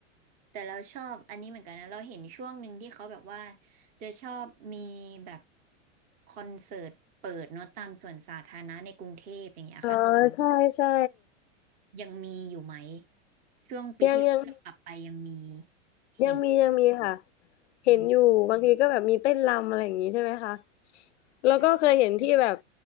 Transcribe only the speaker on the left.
อ๋อใช่ใช่
ยังยัง
ยังมียังมีค่ะ
เห็นอยู่บางทีก็แบบมีเต้นรำอะไรอย่างนี้ใช่ไหมคะแล้วก็เคยเห็นที่แบบ